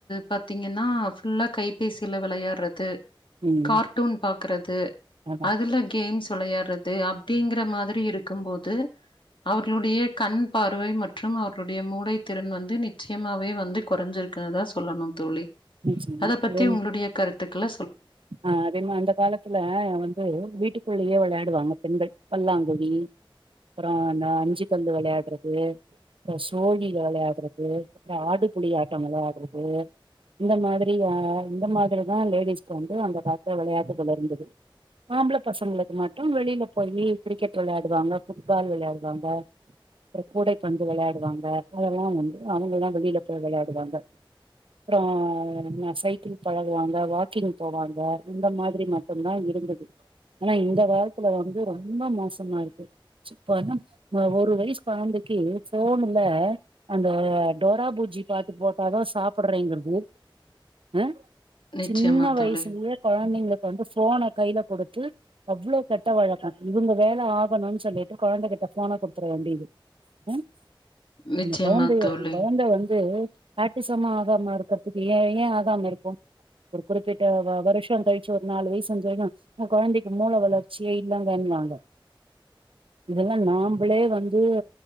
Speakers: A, on the left (about 65°); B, on the right (about 80°).
A: பாத்தீங்கன்னா ஃபுல்லா கைபேசில வெளயாட்றது
B: ம்
A: கார்ட்டூன் பாக்குறது
B: அதா
A: அதுல கேம்ஸ் வெளயார்றது அப்டிங்கிற மாதிரி இருக்கும் போது அவர்களுடைய கண் பார்வை மற்றும் அவர்களுடைய மூளை திறன் வந்து நிச்சயமாவே வந்து கொறஞ்சிருக்குனுதா சொல்லனு தோழி
B: நிச்சயமா
A: அத பத்தி
B: அதே
A: உங்ளுடைய கரு த்துக்ள
B: ஆ அதே மா அந்த காலத்துல வந்து வீட்டுக் குள்ளயே விளையாடுவாங்க பெண்கள் பல்லாங்குழி அப்புறோம் னா அந்த அஞ்சு கல்லு விளையாடுறது அப்புறம் சோழில விளையாட்றது அப்புறோம் ஆடு புலி ஆட்டம் விளையாட்றது இந்த மாதிரி இந்த மாதிரி தான் லேடிஸ் வந்து அந்த காலத்துல விளையாட்டுகள் இருந்தது ஆம்பள பசங்களுக்கு மட்டும் வெளில போயி கிரிக்கெட் விளையாடுவாங்க ஃபுட்பால் விளையாடுவாங்க அப்றோம் கூடைப்பந்து விளையாடுவாங்க அதெல்லாம் வந்து அவுங்கல்லாம் வெளியில போய் விளையாடுவாங்க அப்றோம் ஆ சைக்கிள் பழகுவாங்க வா க்கிங் போவாங்க இந்த மாதிரி மட்டும்தான் இருந்தது ஆனா இந்த காலத்துல வந்து ரொம்ப மோசமா இருக்கு இப்ப வந்து ஒரு வயசு குழந்தைக்கு ஃபோன்னுல அந்த டோரா பூஜ்ஜி பாட்டு போட்டாதான் சாப்பிட்றேங்கிறது ஆ
A: நிச்சயமா
B: சின்ன வயசுலேயே
A: தோழி,
B: கொழந்தைங்க இப்ப வந்து ஃபோன கையில கொடுத்து அவ்ளோ கெட்ட வழக்கம் இவுங்க வேல ஆகணும்ன்னு சொல்லிட்டு குழந்தைகிட்ட ஃபோன கொடுத்துர வேண்டியது ம்
A: நிச்சயமா
B: அந்த குழந்தைய
A: தோழி.
B: அந்த குழந்தைய வந்து <unintelligible> ட்டிசமா ஆகாம இருக்கற்துக்கு ஏன் ஏன் ஆகாமருக்கும் ஒரு குறிப்பிட்ட வருஷோம் கழிச்சு ஒரு நாலு வயசு அஞ்சு வயசு குழந்தைக்கு மூல வளர்ச்சியே இல்லங்கன்னுவாங்க இதெல்லாம் நாம்பளே வந்து